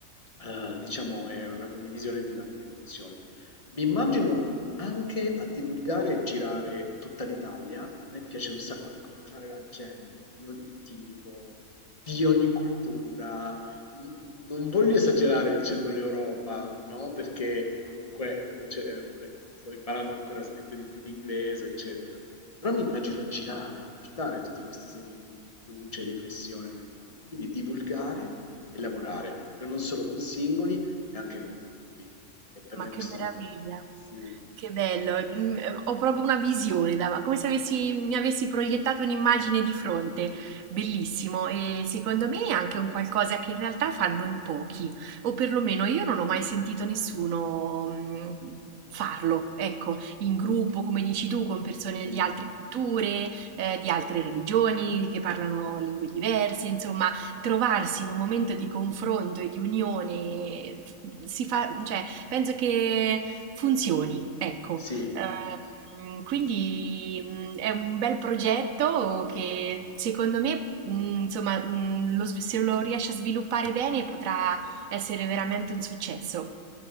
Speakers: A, on the left (about 30°); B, on the right (about 80°).
A: eh, diciamo, è una condivisione di tante emozioni. Mi immagino anche a divulgare e girare tutta l'Italia. A me piace un sacco incontrare la gente di ogni tipo, di ogni cultura, N- Non voglio esagerare dicendo l'Europa, no? Perché comunque eh, cioè, eh, vorrei- sto imparando ancora sempre di più l'inglese, eccetera. Però mi immagino a girare, a portare tutti questi semi di luce e riflessione nel mondo. Quindi divulgare e lavorare, però non solo con singoli e anche con gruppi. E per
B: Ma
A: me
B: che
A: questo
B: meraviglia,
A: sì,
B: che bello.
A: per-
B: Mm, eh, Ho proprio una visione, dava- come se avessi- mi avessi proiettato un'immagine di fronte. Bellissimo e secondo me è anche un qualcosa che in realtà fanno in pochi, o perlomeno io non ho mai sentito nessuno mm, farlo, ecco, in gruppo, come dici tu, con persone
A: sì,
B: di altre culture, eh, di altre religioni, che parlano lingue diverse, insomma, trovarsi in un momento di confronto e di unione mm, si fa, cioè, penso che funzioni, ecco.
A: sì,
B: Ehm, quindi mh, è un bel progetto che secondo me, mh, insomma, mh, lo svi- se lo riesce a sviluppare bene potrà essere veramente un successo.